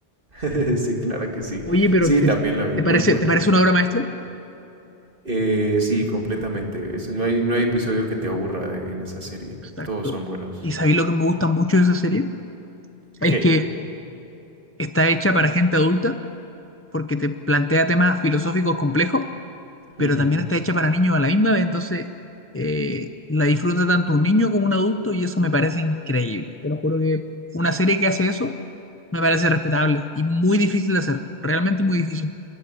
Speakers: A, on the right (about 55°); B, on the left (about 15°).
A: <laughs> Sí, claro que sí.
B: Oye, pero
A: Sí,
B: ¿te,
A: también la vi,
B: te
A: muy
B: parece,
A: buena.
B: te parece una obra maestra?
A: Eh, sí, completamente. Es- no hay, no hay episodio que te aburra de- en esa serie.
B: Exacto.
A: Todos son buenos.
B: ¿Y sabéis lo que me gusta mucho de esa serie? Es
A: ¿Qué?
B: que está hecha para gente adulta porque te plantea temas filosóficos complejos, pero
A: Ujú.
B: también está hecha para niños a la misma vez, entonces eh, la disfruta tanto un niño como un adulto y eso me parece increíble. Te lo juro que una serie que hace eso me parece respetable y muy difícil de hacer, realmente muy difícil.